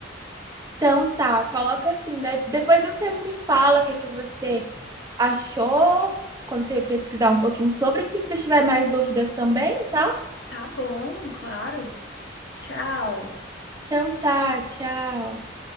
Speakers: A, on the right; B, on the left.
A: Então tá, coloca assim, né? Depois você me fala o que, é que você achou, quando você pesquisar um pouquinho sobre, se você tiver mais dúvidas também, tá?
B: Tá bom, claro. Tchau.
A: Então tá, tchau.